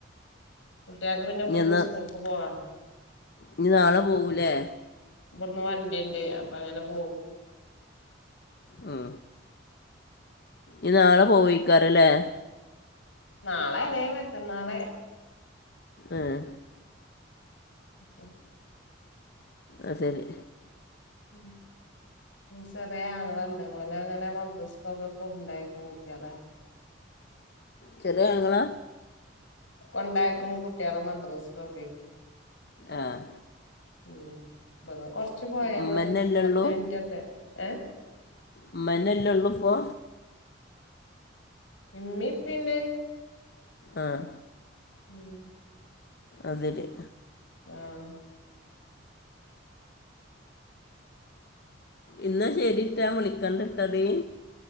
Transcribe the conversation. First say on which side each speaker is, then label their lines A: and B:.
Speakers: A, on the left; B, on the left.
A: കുട്ട്യാൾക്ക് പിന്നെ ഇവിടുന്ന്
B: ഇനി എന്നാ
A: സ്കൂൾക്ക് പോവാ
B: ഇനി നാളെ പോകൂലേ
A: ഇവടന്ന് വണ്ടിണ്ട് അപ്പൊ അങ്ങനെ പോകും
B: ഉം ഇനി നാളെ
A: ഉം
B: പോവയിക്കാറല്ലേ
A: നാളെ അല്ലെ മറ്റന്നാളെ
B: ആഹ്
A: <unintelligible>
B: ആഹ് ശരി
A: ഉം ചെറിയ ആങ്ങളണ്ട്, ഓൻ ആവുമ്പോ മദ്രസ്സകൊക്കെ കൊണ്ടാകും കുട്ട്യാളെ
B: ചെറിയ ആങ്ങള
A: കൊണ്ടാക്കും കുട്ട്യാളെ മദ്രസക്കൊക്കെ.
B: ആഹ്
A: ഉം, ഇവടുന്ന് കൊറച്ച് പോയാ
B: ഉമ്മന്നല്ലേ
A: മതി, പത്ത്
B: ഉള്ളൂ
A: മിനിറ്റൊക്കെ ഏ
B: ഉമ്മന്നല്ലെ ഉള്ളൂ ഇപ്പോ
A: ഇമ്മി ഇപ്പണ്ട്
B: ആഹ്
A: ഉം
B: അതില്
A: ആഹ്
B: ഇന്ന ശരിട്ടാ ഞാ വിളിക്കണ്ടിട്ട തേ